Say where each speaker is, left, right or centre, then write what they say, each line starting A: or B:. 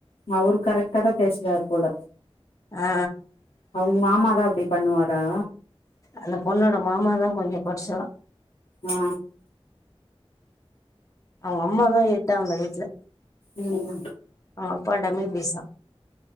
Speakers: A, on the left; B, on the left.
A: அவுரு கரெக்டா தா பேசுறாரு போல
B: ஆ
A: அவுங்க மாமா தா அப்டி பண்ணுவாரா
B: அந்த பொண்ணோட மாமா தா கொஞ்சோ கொடச்லா
A: ஆ
B: அவுங்க அம்மாதா எட்டா அவுங்க வீட்ல
A: ம்
B: அவுங்க அப்பா டம்மி பீஸா